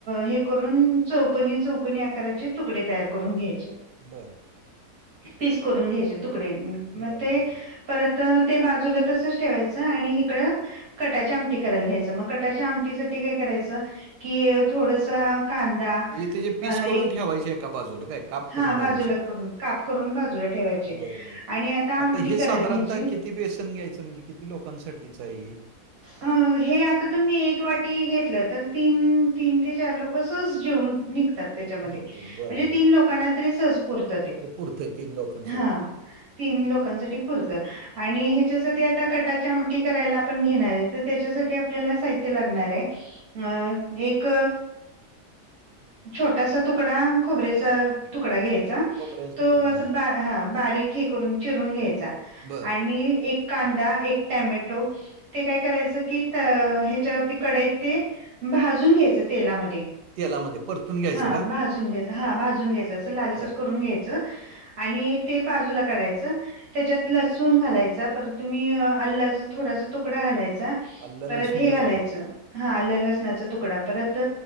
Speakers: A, on the right (about 65°); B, on the right (about 80°).
A: हे करुन चौकनी, चौकनी आकाराचे तुकडे तयार करून घ्यायचे.
B: बरं.
A: पीस करून घ्यायचे तुकडे मग
B: बरं,
A: ते
B: बरोबर.
A: परत ते बाजूला तसच ठेवायचं आणि हिकडं कटाच्या आमटी करायला घ्यायच, मग कटाच्या आमटीसाठी काय करायचं की थोडस कांदा
B: म्हणजे त्याचे पीस
A: अ
B: करून
A: एक
B: ठेवायचे एका बाजूला काय? काप
A: हा
B: करून ठेवायचे.
A: बाजूला करून काप करून बाजूला ठेवायचे
B: बरं, बरं.
A: आणि आता आमटी
B: हे
A: करायला
B: साधारणतः
A: घ्यायची.
B: किती बेसन घ्यायचं म्हणजे किती लोकांसाठीच आहे हे?
A: अ हे आता तुम्ही एक वाटी घेतलं, तर तीन, तीन ते चार लोक सहज जेऊन निघतात. त्यांच्यामध्ये
B: निघतात.
A: म्हणजे
B: बरं, बरं,
A: तीन
B: बरं.
A: लोकांना तरी सहज पुरत ते
B: हे पुरतंय लोकांसाठी.
A: हा. तीन लोकांसाठी पुरत आणि ह्याच्यासाठी आता कटाच्या आमटी करायला आपण घेणार आहेत. तर त्याच्यासाठी आपल्याला साहित्य लागणार आहे, अ एक छोटासा तुकडा खोबरेचा तुकडा घ्यायचा.
B: खोबऱ्याचा
A: तो
B: तुकडा.
A: अस
B: हां.
A: ह बारीक हे करून चिरून घ्यायचा
B: बरं.
A: आणि एक कांदा एक टॅमॅटो ते काय करायच की ह्याच्यावरती कडईत ते भाजून घ्यायच तेलामध्ये.
B: तेलामध्ये परतून घ्यायचं
A: हा
B: का?
A: भाजून घ्यायच हा भाजून घ्यायच अस लालसर
B: बरं.
A: करून घ्यायचं. आणि ते बाजूला काढायचं. त्याच्यात लसूून घालायचा परत तुम्ही आलाच थोडासा तुकडा घालायचा.
B: आलं,
A: परत
B: लसूण
A: हे
B: तुकडा,
A: घालायचं हा आल, लसणाचा तुकडा परत